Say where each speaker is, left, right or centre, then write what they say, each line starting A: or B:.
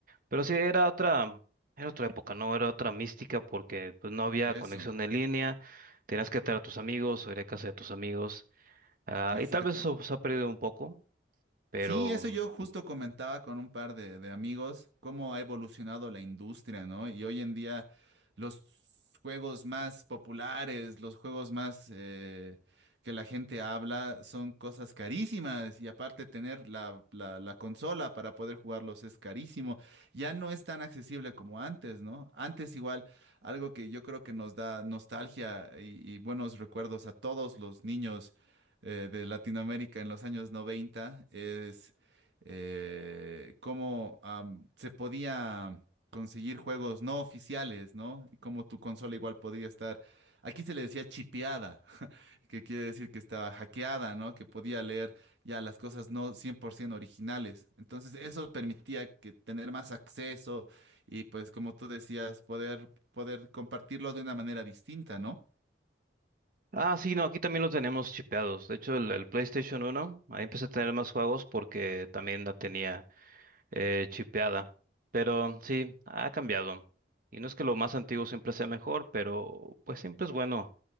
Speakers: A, on the right; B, on the right.
A: Pero sí, era otra, era otra época, ¿no? Era otra mística porque pues no había
B: Eso,
A: conexión en línea, tenías que estar a tus amigos o ir a casa de tus amigos. ah,
B: exacto.
A: y tal vez eso se ha perdido un poco, pero...
B: Sí, eso yo justo comentaba con un par de, de amigos, cómo ha evolucionado la industria, ¿no? Y hoy en día los juegos más populares, los juegos más eh, que la gente habla, son cosas carísimas y aparte tener la, la, la consola para poder jugarlos es carísimo. Ya no es tan accesible como antes, ¿no? Antes igual, algo que yo creo que nos da nostalgia y y buenos recuerdos a todos los niños eh, de Latinoamérica en los años 90 es eh, cómo am, se podía conseguir juegos no oficiales, ¿no? Y cómo tu consola igual podía estar, aquí se le decía chipeada, <laughs> que quiere decir que estaba hackeada, ¿no? Que podía leer ya las cosas no 100% originales. Entonces eso permitía que tener más acceso y pues como tú decías, poder, poder compartirlo de una manera distinta, ¿no?
A: Ah, sí, no, aquí también lo tenemos chipeados. De hecho, el, el PlayStation uno ahí empecé a tener más juegos porque también la tenía eh, chipeada. Pero sí, ha cambiado. Y no es que lo más antiguo siempre sea mejor, pero pues siempre es bueno